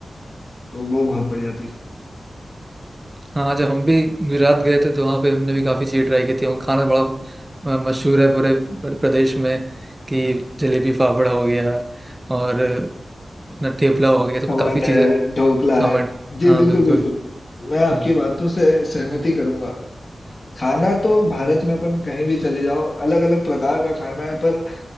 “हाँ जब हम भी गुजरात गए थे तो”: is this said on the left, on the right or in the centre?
Right